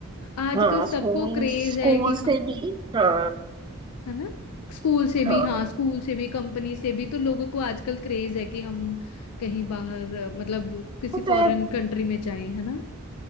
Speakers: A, on the left; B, on the right.
A: आजकल
B: हाँ
A: सबको
B: स्कूल
A: क्रेज
B: स्कूल
A: है कि हम
B: से भी हाँ
A: हाँ है ना स्कूल से भी
B: हाँ
A: हाँ स्कूल से भी कंपनी से भी तो लोगों को आजकल क्रेज है कि हम कहीं बाहर मतलब किसी
B: पता
A: फॉरेन
B: है
A: कंट्री में जाएं है ना